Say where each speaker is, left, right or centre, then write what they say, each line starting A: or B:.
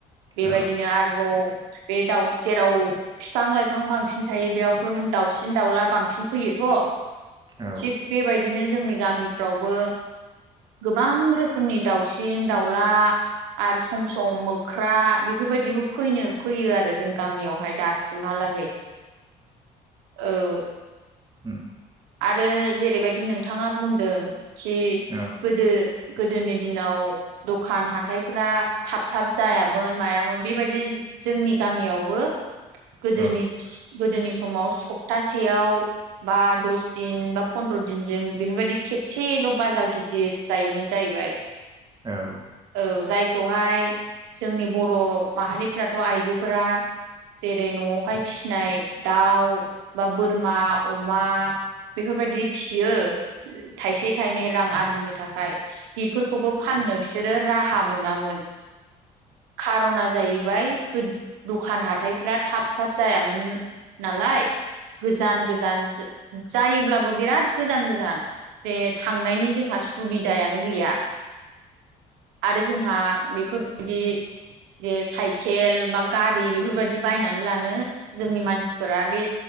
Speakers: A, on the right (about 85°); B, on the right (about 25°).
A: बेबायदिनो
B: औ
A: आरोबाव बे दाव जेराव फिफां लाइफां बांसिन थायो बेयावथ' नों दावसिन दावला बांसिन फैयो थ
B: औ
A: थिग बेबायदिनो जोंनि गामिफ्रावबो गोबां रो खोमनि दावसिन दावला आर सम सम मोख्रा बेफोरबायदिबो फैनो फैयो आरो जों गामियावहाय दासिमहाला लागै औ।
B: उम
A: आरो जेरैबायदि नोंथाङा बुंदों खि
B: औ
A: गोदो गो गोदोनि दिनाव दखान हाथायफ्रा थाब थाब जायामोन मायामोन बेबायदि जोंनि गामियावबो गोदोनि
B: औ
A: गोदोनि समाव सप्तासेयाव बा दस दिन बा पन्द्र' दिनजों बेफोरबायदि खेबसेल' बाजार गिदिर जायोमोन जाहैबाय।
B: औ
A: औ जायखौहाय जोंनि बर' माहारिफ्राथ' आइजोफोरा जेरै न'आवहाय फिनाय दाउ बा बोरमा अमा बेफोरबायदि फियो थाइसे थाइनै रां आरजिनो थाखाय बेफोरखौबो फाननो बिसोरो राहा मोनामोन खार'ना जायो बाय फोद दखान हाथायफ्रा थाब थाब जायामोन नालाय गोजान गोजान जो जायोब्लाबो बिराद गोजान गोजान। जे थांनायनि जोंहा सुबिदायानो गैया आरो जोंहा बेफोरबायदि जे साइकेल बा गारि बेफोरबायदि बायनानै लानो जोंनि मानसिफोरा बे